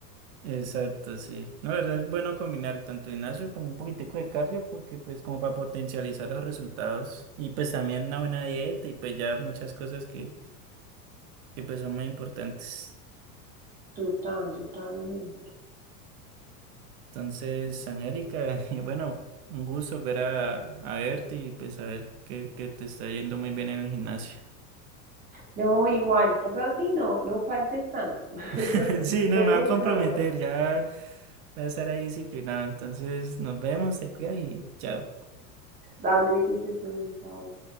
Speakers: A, on the right; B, on the right.
A: Exacto, sí. No, la verdad es bueno combinar tanto gimnasio como un poquitico de cardio porque pues como para potencializar los resultados y pues también una buena dieta y pues ya muchas cosas que, que pues son muy importantes.
B: Total, totalmente.
A: Entonces, Angélica, <laughs> bueno, un gusto volver a, a verte y pues a ver que, que te está yendo muy bien en el gimnasio.
B: No, igual, toca aquí, no, no faltes tanto. <laughs>
A: <laughs> Sí,
B: Nos
A: no,
B: vemos
A: me va a comprometer,
B: pronto.
A: ya voy a estar ahí disciplinado. Entonces, nos vemos, se cuida y chao.
B: Dale, que estés bien, chao.